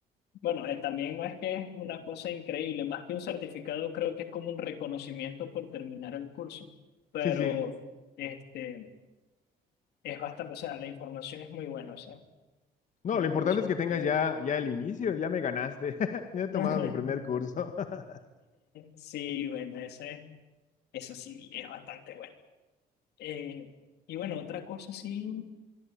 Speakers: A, on the left; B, on the left.
A: bueno, eh, también no es que es una cosa increíble, más que un certificado, creo que es como un reconocimiento por terminar el curso, pero
B: Sí, sí.
A: este, es bastante, o sea, la información es muy buena, o sea,
B: No,
A: la información
B: lo importante es que
A: es
B: tengas
A: muy buena.
B: ya, ya el inicio, ya me ganaste. <laughs> Ya he
A: <laughs>
B: tomado mi primer curso. <laughs>
A: Sí, bueno, ese, eso sí, es bastante bueno. Eh, y bueno, otra cosa sí.